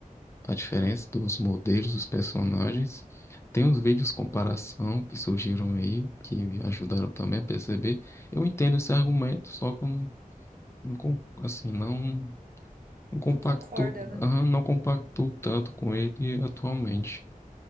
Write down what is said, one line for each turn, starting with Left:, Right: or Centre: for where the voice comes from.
Left: a diferença dos modelos dos personagens. Tem uns vídeos comparação que surgiram aí, que ajudaram também a perceber. Eu entendo esse argumento, só que eu não, não con- assim, não. Não compactou
Right: Não concorda, né?
Left: aham, não compactou tanto com ele atualmente,